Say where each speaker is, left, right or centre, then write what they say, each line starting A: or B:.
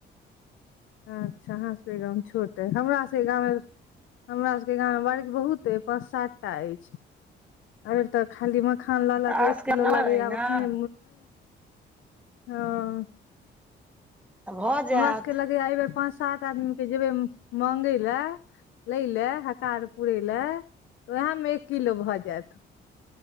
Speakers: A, on the left; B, in the centre.
A: अच्छा अहाँ सबके गाँव छोट अछि हमरा सबके गाँवमे हमरा सबके गाममे बर्ग बहुत अछि, पाँच सात टा अछि। अइबेर त खाली मखान ल
B: तऽ
A: ल
B: अहाँ
A: क एक
B: सबके
A: किलो
B: नहर
A: लगैया
B: अइ
A: आब
B: ने
A: अपने <unintelligible>
B: तऽ भऽ जायत
A: हमरा सबके लगैया ऐ बेेर पाँच सात आदमीके जेबै माँंगै ले लै ले, हकार पुरै ले त ओहेमे एक किलो भ जाएत।